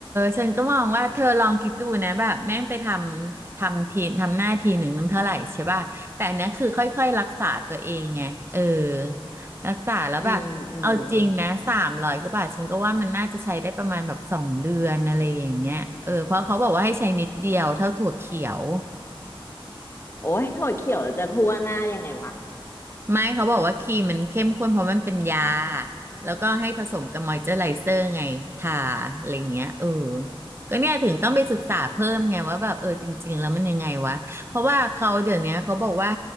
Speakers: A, on the right; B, on the left.
A: ฉันก็มองว่าเธอลองคิดดูนะแบบแม่งไปทำทำทีทำหน้าทีหนึ่งนึงเท่าไหร่ใช่ป่ะแต่อันเนี้ยคือค่อยๆรักษาตัวเองไงเออรักษาแล้วแบบเอาจริงนะสามร้อยกว่าบาทฉันก็ว่ามันน่าจะใช้ได้ประมาณแบบสองเดือนอะไรอย่างเงี้ยเออเพราะเขาบอกว่าให้ใช้นิดเดียวเท่าถั่วเขียว
B: อืมอืมโอ้ยถั่วเขียวจะทั่วหน้ายังไงวะ
A: ไม่เขาบอกว่าครีมมันเข้มข้นเพราะมันเป็นยาแล้วก็ให้ผสมกับมอยเจอร์ไรเซอร์ไงทาอะไรอย่างเงี้ยเออก็เนี่ยถึงต้องไปศึกษาเพิ่มไงว่าแบบเออจริงๆแล้วมันยังไงวะเพราะว่าเขาเดี๋ยวเนี้ยเขาบอกว่า